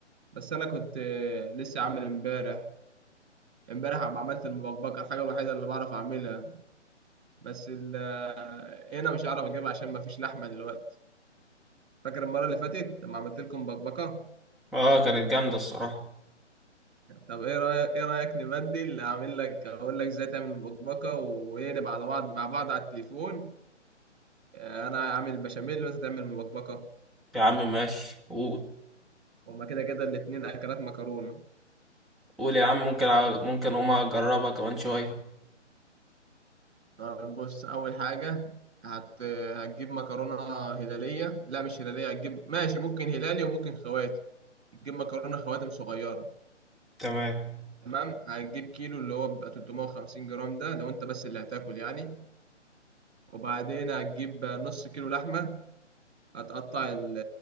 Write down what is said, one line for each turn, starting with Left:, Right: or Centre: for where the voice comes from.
Right: بس انا كنت آه، لسه عامل امبارح امبارح عم عملت المبكبكة الحاجة الوحيدة اللي بعرف اعملها بس ال... آه، هنا مش هعرف اجيبها عشان مفيش لحمة دلوقتي فاكر المرة اللي فاتت لما عملت لكم بكبكة
Centre: اه كانت جامدة الصراحة
Right: طب ايه رأيك ايه رأيك نبدل اعمل لك اقول لك ازاي تعمل بكبكة ونبقى على بعض مع بعض على التليفون آه، انا اعمل بشاميل وانت تعمل بكبكة
Centre: يا عم ماشي قول
Right: هما كده كده الاتنين اكلات مكرونة
Centre: قول يا عم ممكن أ- ممكن هما أجربها كمان شوية
Right: طب بص اول حاجة هت... هتجيب مكرونة هلالية لا مش هلالية هتجيب ماشي ممكن هلالي وممكن خواتم تجيب مكرونة خواتم صغيرة
Centre: تمام
Right: تمام هتجيب كيلو اللي هو بيبقى 350 جرام ده لو انت بس اللي هتاكل يعني وبعدين هتجيب نص كيلو لحمة هتقطع ال